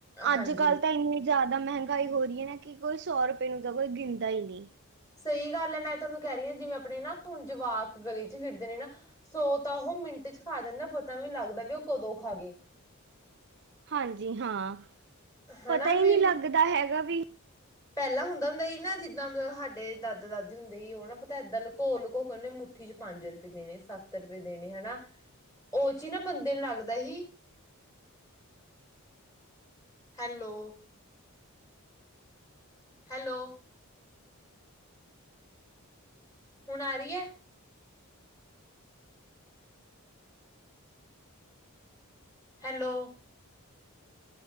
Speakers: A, on the left; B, on the right.
A: ਹਾਂਜੀ
B: ਅੱਜ ਕੱਲ ਤਾਂ ਇੰਨੀ ਜ਼ਿਆਦਾ ਮਹਿੰਗਾਈ ਹੋ ਰਹੀ ਐਂ ਨਾ ਕਿ ਕੋਈ ਸੌ ਰੁਪਏ ਨੂੰ ਤਾਂ ਕੋਈ ਗਿਣਦਾ ਹੀ ਨੀ।
A: ਸਹੀ ਗੱਲ ਐ ਮੈਂ ਤੁਹਾਨੂੰ ਕਹਿ ਰਹੀ ਆਂ ਜਿਵੇਂ ਆਪਣੇ ਨਾ ਹੁਣ ਜਵਾਕ ਗਲੀ ਚ ਫਿਰਦੇ ਨੇ ਨਾ। ਸੋ ਤਾਂ ਉਹ ਮਿੰਟ ਚ ਖਾ ਜਾਂਦਾ ਪਤਾ ਵੀ ਨੀ ਲੱਗਦਾ ਵੀ ਉਹ ਕਦੋਂ ਖ਼ਾ ਗਏ।
B: ਹਾਂਜੀ ਹਾਂ।
A: ਹਨਾ
B: ਪਤਾ ਹੀ
A: ਵੀ।
B: ਨਹੀਂ ਲੱਗਦਾ ਹੈਗਾ ਵੀ
A: ਪੈਲਾਂ ਹੁੰਦਾ-ਹੁੰਦਾ ਸੀ ਨਾ ਜਿੱਦਾਂ ਮਲਬ ਹਾਡੇ ਦਾਦਾ ਦਾਦੀ ਹੁੰਦੇ ਹੀ ਓ ਨਾ ਪਤਾ ਇੱਦਾਂ ਲਕੋ-ਲਕੋ ਕੇ ਨਾ ਮੁੱਠੀ ਚ ਪੰਜ ਰੁਪਏ ਦੇਣੇ, ਸੱਤ ਰੁਪਏ ਦੇਣੇ ਹਨਾ ਉਹ ਚੀ ਨਾ ਬੰਦੇ ਨੂੰ ਲੱਗਦਾ ਹੀ ਹੈਲੋ। ਹੈਲੋ। ਹੁਣ ਆ ਰੀ ਐ। ਹੈਲੋ।